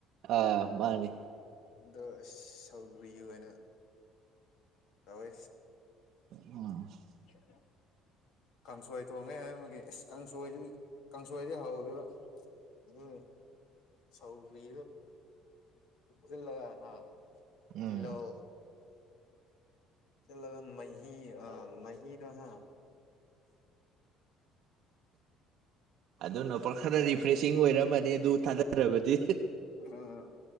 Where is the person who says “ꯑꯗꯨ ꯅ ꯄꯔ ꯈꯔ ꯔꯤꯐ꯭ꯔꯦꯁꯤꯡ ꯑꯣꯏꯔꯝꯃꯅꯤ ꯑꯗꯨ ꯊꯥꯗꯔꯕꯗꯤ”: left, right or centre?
Right